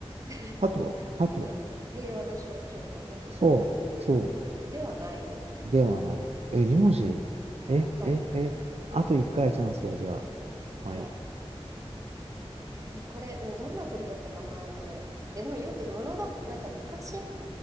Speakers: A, on the right; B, on the right.
A: <laughs>
B: ハトハト
A: 鳩、平和の象徴の鳩
B: そう、そう。
A: ではないですね。
B: ではない。え、二文字え、
A: はい。
B: え、え、あと一回チャンスはじゃあ。はい。
A: はい。えーこれ、でもどんな鳥だったかな、これ。え、でもよく物が、なんか昔、